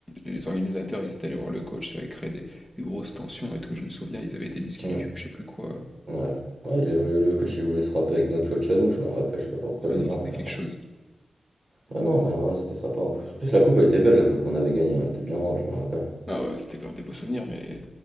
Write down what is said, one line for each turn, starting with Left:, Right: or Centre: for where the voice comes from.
Centre: Les organisateurs, ils étaient allés voir le coach, ça avait créé des, des grosses tensions et tout, je me souviens, ils avaient été disqualifiés
Right: mm,
Centre: ou je sais plus quoi.
Right: Ouais. Ouais, il a- le coach, il voulait se frapper avec notre coach à nous. Je me rappelle, je sais pas pourquoi
Centre: Ah
Right: d'ailleurs.
Centre: non, c'était
Right: Mais...
Centre: quelque chose.
Right: Ouais, non, mais ouais, c'était sympa. En plus, En plus, la coupe, elle était belle, la coupe qu'on avait gagnée. Elle était bien grande, je me rappelle.
Centre: Ah ouais, c'était grave des beaux souvenirs, mais